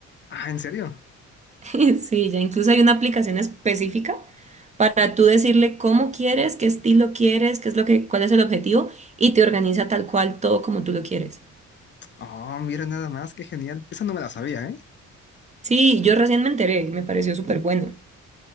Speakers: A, on the left (about 40°); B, on the right (about 25°).
A: Ah, ¿en serio?
B: <laughs> Sí, ya incluso hay una aplicación específica para tú decirle cómo quieres, qué estilo quieres, qué es lo que, cuál es el objetivo y te organiza tal cual todo como tú lo quieres.
A: Oh, mira nada más, qué genial. Eso no me la sabía, ¿eh?
B: Sí, yo recién me enteré, me pareció súper bueno.